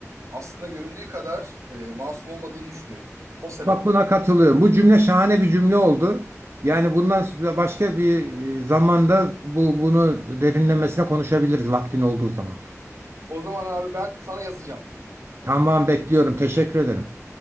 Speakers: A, on the right; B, on the right.
A: aslında göründüğü kadar e, masum olmadığını düşünüyorum. O sebep.
B: Bak buna katılıyorum. Bu cümle şahane bir cümle oldu. Yani bundan başka bir e, zamanda bu bunu derinlemesine konuşabiliriz vaktin olduğu zaman.
A: O zaman abi ben sana yazacağım.
B: Tamam bekliyorum. Teşekkür ederim.